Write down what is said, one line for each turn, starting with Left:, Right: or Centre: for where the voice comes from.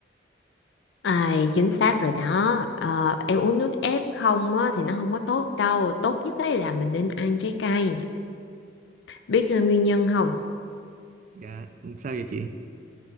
Left: À, chính xác rồi đó Ờ, em uống nước ép không á, thì nó không có tốt đâu tốt nhất ấy là mình nên ăn trái cây biết ờ, nguyên nhân không
Right: Dạ, ừ, sao vậy chị?